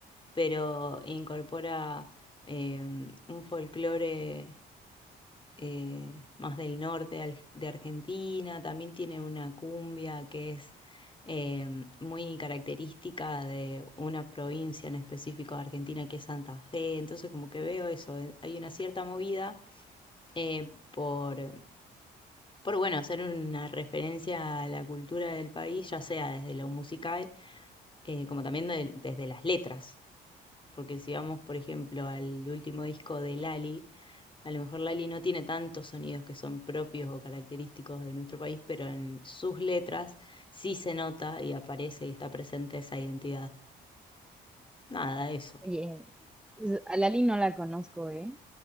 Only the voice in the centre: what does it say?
Oye, pues a Lali no la conozco, ¿eh?